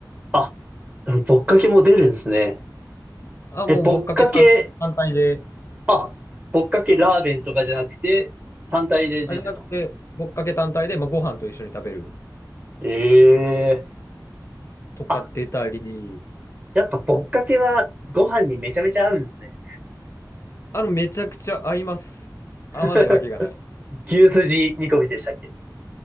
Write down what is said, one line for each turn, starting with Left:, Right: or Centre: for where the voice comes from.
Right: あ、でもぼっかけも出るんですね。
Left: あ、
Right: え、
Left: もうぼっかけ単、
Right: ぼっかけ、
Left: 単体で、
Right: あ、ぼっかけラーメンとかじゃなくて、単体で出てたんですか
Left: あ、じゃなくて、ぼっかけ単体で、まあ、ご飯と一緒に食べる
Right: ええー
Left: とか出たり、
Right: あやっぱぼっかけはご飯にめちゃめちゃ合うんですね。
Left: あの、めちゃくちゃ合います。
Right: <laughs>
Left: 合わないわけがない。
Right: 牛すじ煮込みでしたっけ